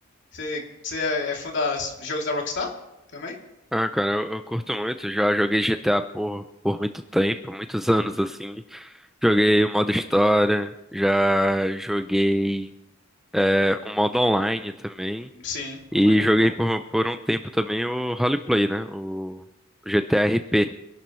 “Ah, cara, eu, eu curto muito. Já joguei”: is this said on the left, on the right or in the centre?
Centre